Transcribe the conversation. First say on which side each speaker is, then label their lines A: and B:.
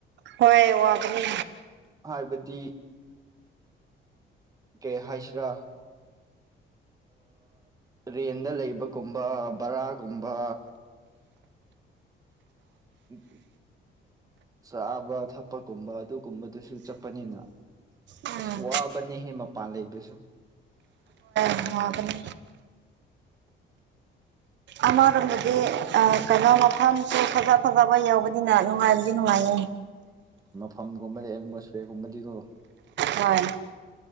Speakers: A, on the right; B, on the right.
A: ꯍꯣꯏ ꯋꯥꯒꯅꯤ
B: ꯍꯥꯏꯕꯗꯤ ꯀꯦ ꯍꯥꯏꯁ꯭ꯔꯥ ꯔꯦꯟꯗ ꯂꯩꯕꯒꯨꯝꯕ ꯕꯔꯥꯒꯨꯝꯕ ꯏ ꯆꯥꯕ ꯊꯛꯄꯒꯨꯝꯕ ꯑꯗꯨꯒꯨꯝꯕꯗꯨꯁꯨ ꯆꯠꯄꯅꯤꯅ
A: ꯎꯝ
B: ꯑꯁ ꯋꯥꯕꯅꯦꯍꯦ ꯃꯄꯥꯟ ꯂꯩꯕꯁꯨ
A: ꯕꯅꯤ ꯑꯃꯔꯣꯝꯗꯗꯤ ꯀꯩꯅꯣ ꯃꯐꯝꯁꯨ ꯐꯖ ꯐꯖꯕ ꯌꯧꯕꯅꯤꯅ ꯅꯨꯡꯉꯥꯏꯕꯨꯗꯤ ꯅꯨꯡꯉꯥꯏꯌꯦ
B: ꯐꯝꯒꯨꯝꯕꯗꯤ ꯑꯦꯗꯃꯣꯁꯐꯤꯌꯔꯒꯨꯝꯕꯗꯤꯀꯣ
A: ꯍꯣꯏ